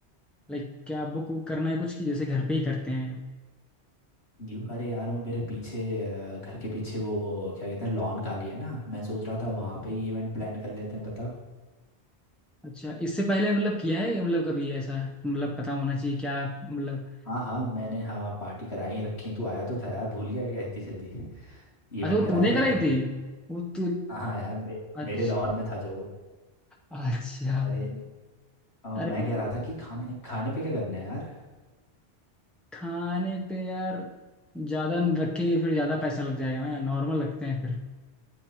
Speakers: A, in the centre; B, on the left.
A: लाइक क्या बुक वुक करना है कुछ की जैसे घर पे ही करते हैं
B: नी- अरे यार वो मेरे पीछे अ, घर के पीछे वो क्या कहते हैं लॉन खाली है ना मैं सोच रहा था वहाँ पे ही इवेंट प्लान कर लेते हैं बता
A: अच्छा इससे पहले मतलब किया है मतलब कभी ऐसा मतलब पता होना चाहिए क्या मतलब
B: हाँ हाँ मैंने हाँ पार्टी कराई रखी तू आया तो था यार भूल गया क्या इतनी जल्दी इवेंट
A: अच्छा वो
B: कराया
A: तूने
B: तो
A: कराई
B: था मैंने
A: थी
B: एक
A: वो तू
B: हाँ हाँ यार मे,
A: अच्छा
B: मेरे लॉन में था जो
A: अच्छा
B: अरे अ,
A: अरे
B: मैं कह रहा था कि खाने खाने पे क्या करना है यार
A: खाने पे यार ज्यादा न रखेंगे फिर ज्यादा पैसा लग जाएगा ना यार, नॉर्मल रखते हैं फिर